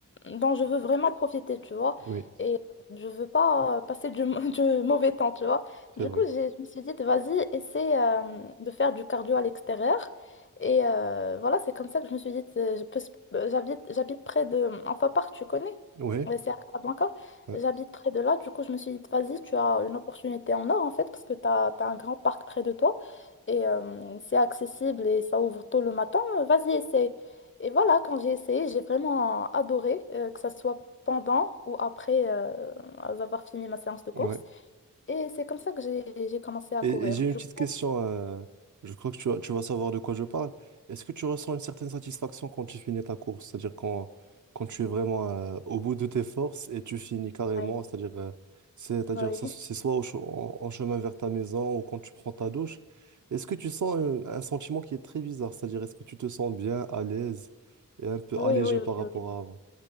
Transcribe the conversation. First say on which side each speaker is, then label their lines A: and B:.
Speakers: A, on the left; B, on the right.
A: dont je veux vraiment profiter, tu vois.
B: Oui,
A: Et je veux pas euh, passer du, <laughs> du mauvais temps, tu vois.
B: c'est
A: Du
B: vrai.
A: coup, j'ai- je me suis dit, vas-y, essaie euh, de faire du cardio à l'extérieur. Et euh, voilà, c'est comme ça que je me suis dit, euh, je peux s- euh, j'habite, j'habite près de Enfin parc tu connais,
B: Oui,
A: Euh, c'est à Casablanca.
B: ouais,
A: J'habite près de là, du coup, je me suis dit, vas-y, tu as une opportunité en or en fait, parce que tu as, un grand parc près de toi et euh, c'est accessible et ça ouvre tôt le matin, Euh, vas-y, essaye. Et voilà, quand j'ai essayé, j'ai vraiment adoré, euh, que ça soit pendant ou après euh, avoir fini ma séance de course.
B: ouais.
A: Et c'est comme ça que j'ai j'ai commencé à
B: Et,
A: courir.
B: et j'ai
A: Du
B: une petite
A: coup,
B: question. euh, je crois que tu vas, tu vas savoir de quoi je parle. Est-ce que tu ressens une certaine satisfaction quand tu finis ta course? C'est-à-dire quand, quand tu es vraiment euh, au bout de tes forces et tu finis carrément.
A: ouais,
B: C'est-à-dire euh, c'est, c'est-à-dire
A: oui,
B: ça, c'est
A: <laughs>
B: soit au che- en, en chemin vers ta maison ou quand tu prends ta douche. Est-ce que tu sens euh, un, sentiment qui est très bizarre? C'est-à-dire est-ce que tu te sens bien, à l'aise et un peu
A: oui,
B: allégé
A: oui,
B: par
A: oui.
B: rapport
A: oui.
B: à avant?